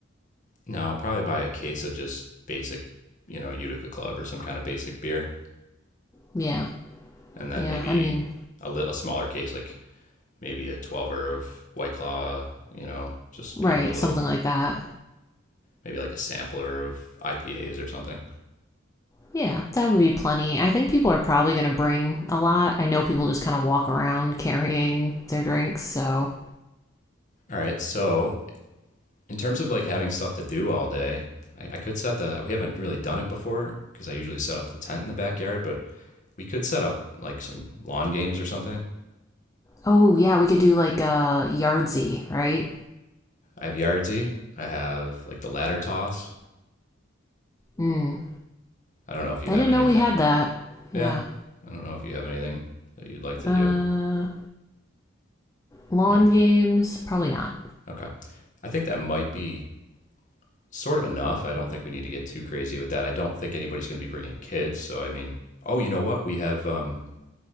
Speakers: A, on the left; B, on the left.
A: No, I'll probably buy a case of just basic, you know, Utica Club or some kind of basic beer,
B: Yeah,
A: and then
B: yeah.
A: maybe
B: I mean,
A: a, li- a smaller case like maybe a 12 of White Claw, you know, just
B: right,
A: kind of a little,
B: something like that.
A: maybe like a sampler of IPAs or something.
B: Yeah, that would be plenty. I think people are probably going to bring a lot. I know people just kind of walk around carrying their drinks, so.
A: All right. So, in terms of like having stuff to do all day, I, I could set the, we haven't really done it before because I usually set up the tent in the backyard, but we could set up like some lawn games or something.
B: Oh, yeah, we could do like a uh, Yardsy, right?
A: I have Yardzy. I have like the ladder toss.
B: Mm.
A: I don't know if you
B: I
A: have
B: didn't
A: anything.
B: know we had that. Yeah.
A: Yeah. I don't know if you have anything that you'd like to
B: Uh,
A: do.
B: lawn
A: No.
B: games? Probably not.
A: Okay. I think that might be sort of enough. I don't think we need to get too crazy with that. I don't think anybody's going to be bringing kids. So I mean, oh, you know what? We have um,